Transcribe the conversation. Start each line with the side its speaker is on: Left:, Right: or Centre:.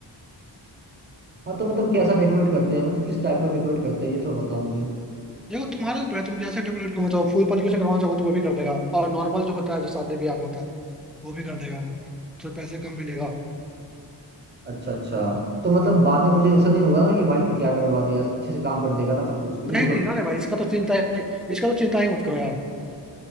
Right: हाँ तो मतलब कैसा डेकोरेट करते हैं मतलब किस टाइप का डेकोरेट करते हैं ये थोड़ा बताओ मुझे
Centre: देखो तुम्हारे ऊपर है तुम जैसे डेकोरेट करना चाहो फूल पत्तियों से करवाना चाहो तो वो भी कर देगा और नॉर्मल जो होता है जो शादी ब्याह में होता है वो भी कर देगा वो तो पैसे कम भी लेगा
Right: अच्छा अच्छा तो मतलब बाद में मुझे ऐसा नहीं होगा ना कि भाई क्या करवा दिया अच्छे से काम कर देगा ना सब कुछ क्योंकि
Centre: नहीं
Right: देखो
Centre: नहीं ना रे भाई इसका तो चिंता है इसका तो चिंता ही मत करो यार